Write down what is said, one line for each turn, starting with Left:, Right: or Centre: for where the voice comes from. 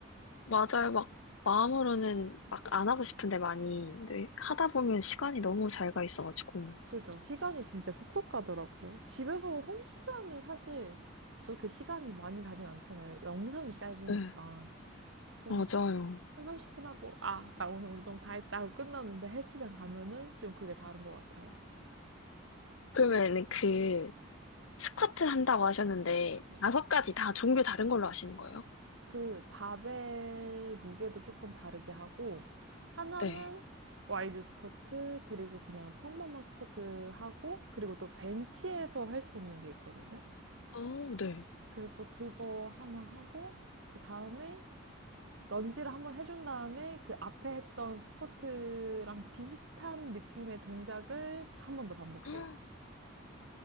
Left: 맞아요. 막, 마음으로는 막 안 하고 싶은데 많이, 네. 하다 보면 시간이 너무 잘 가 있어가지고.
Right: 그죠? 시간이 진짜 훅훅 가더라고요. 집에서 홈트하면 사실 저렇게 시간이 많이 가진 않잖아요. 영상이 짧으니까.
Left: 네.
Right: 그래서
Left: 맞아요.
Right: 한 30분 하고, 아, 나 오늘 운동 다 했다 하고 끝났는데 헬스장 가면은 좀 그게 다른 것 같아요.
Left: 그러면 그, 스쿼트 한다고 하셨는데,
Right: 네.
Left: 다섯 가지 다 종류 다른 걸로 하시는 거예요?
Right: 그 바벨 무게도 조금 다르게 하고 하나는
Left: 네.
Right: 와이드 스쿼트 그리고 그냥 평범한 스쿼트 하고 그리고 또 벤치에서 할 수 있는 게 있거든요.
Left: 어, 네.
Right: 그래서 또 그거 하나 하고 그 다음에 런지를 한번 해준 다음에 그 앞에 했던 스쿼트랑 비슷한 느낌의 동작을 한 번 더 반복해요.
Left: <gasps>